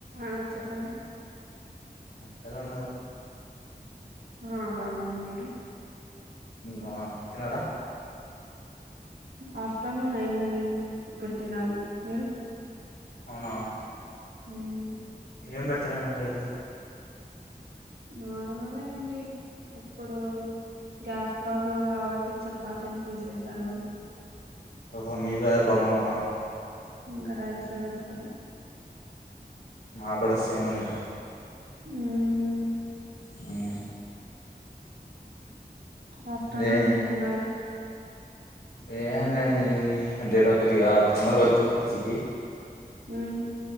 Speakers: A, on the right; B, on the left.
A: ఆ చెప్పండి
B: హలోన్నారురు
A: ఆ బాగుమ్మ మీరు
B: వా ఇతున్నారుర
A: ఆఫ్టర్నూన్ అయిందండి ఇప్పుడు తినాలి మీరు
B: అవున
A: మ్మ్
B: ఏం పెడతారండి ఈరోజు
A: నార్మలే అండి ఇప్పుడు గ్యాస్ ప్రాబ్లం కాబట్టి చపాతీలు తీసేసారు
B: ఓహో మీది కూడా అదే ప్రాబ్లమా
A: ఇంగ రైస్ ఏ పెడతారు
B: మా కూడా సేమ్ని ఇక్కడ
A: మ్మ్మ్
B: మ్మ్
A: ఆఫ్టర్నూన్
B: ఏ
A: ఏం తిన్నారు
B: ఏం లే అంటే ఈరోజు కొద్దిగా తొందరగా వచ్చా పీ జీ కి
A: మ్మ్